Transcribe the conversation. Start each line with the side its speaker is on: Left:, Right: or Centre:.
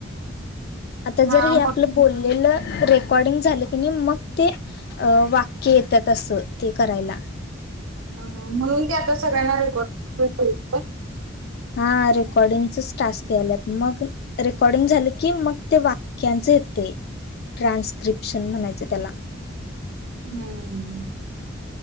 Left: आता
Right: हा
Left: जर हे
Right: मग-
Left: आपलं बोललेलं रेकॉर्डिंग झालं की नाही मग ते अ वाक्य येतात अस ते करायला.
Right: अ म्हणून ते आता सगळ्यांना रेकॉर्ड <inaudible>
Left: हा रेकॉर्डिंगचाच टास्क यायल्यात मग रेकॉर्डिंग झालं की मग ते वाक्यांचं येते ट्रान्स्क्रिप्शन म्हणायचे त्याला.
Right: हम्म.